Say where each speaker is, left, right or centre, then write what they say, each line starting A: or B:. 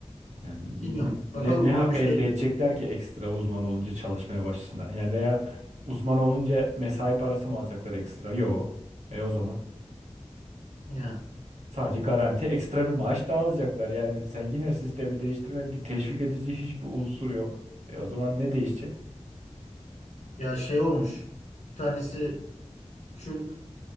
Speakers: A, on the right; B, on the left.
A: Yani
B: bilmiyorum.
A: ne, ne,
B: Bakalım
A: ne
B: onun
A: hak
B: şey
A: elde edecekler ki ekstra uzman olunca çalışmaya başlasınlar? Yani veya uzman olunca mesai parası mı alacaklar ekstra? Yok. E o zaman.
B: yani
A: Sadece garanti ekstra bir maaş daha alacaklar. Yani sen yine sistemi değiştirmedin ki teşvik edici hiçbir unsur yok. E o zaman ne değişecek?
B: ya şey olmuş. Bir tanesi şu